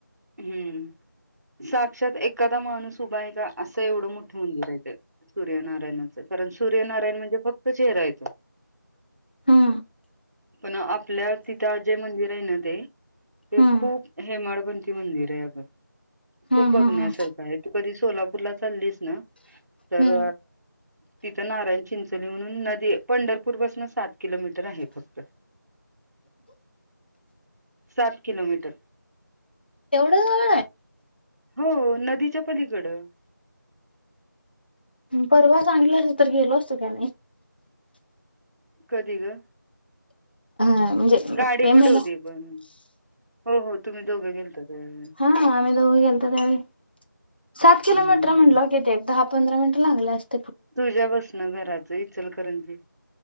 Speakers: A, on the right (about 55°); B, on the left (about 30°).
A: हम्म साक्षात एखादा माणूस उभा आहे का असं एवढं मोठं मंदिर आहेेत ते सूर्यनारायणाच कारण सूर्यनारायण म्हणजे फक्त चेहरा येतो.
B: हम.
A: पण आपल्या तिथं जे मंदिर आहे. ना ते ते
B: हम्म
A: खूप हेमाडपंती मंदिर आहे अगं आपण
B: हम्म
A: खूप बघण्यासारखं
B: हम्म हम्म
A: आहे तू कधी सोलापूरला चाललीस ना तर
B: हम्म.
A: तिथं नारायण चिंचोली म्हणून नदी पंढरपूर पासून सात किलोमीटर आहे फक्त सात किलोमीटर
B: एवढं <unintelligible>
A: हो नदीच्या पलीकडं
B: परवा संगीत तर गेलो असतो की आम्ही.
A: कधी ग?
B: हा म्हणजे
A: गाडी
B: मे
A: कुठवती
B: महिन्यात
A: पण हो हो तुम्ही दोघं गेलता त्यावेळी
B: हा आम्ही दोघ गेलतो त्यावेळी सात किलोमीटर
A: हम्म
B: म्हटलाव की पंधरा मिनट लागलं अस
A: तुझ्या बसनं घराच इचलकरंजी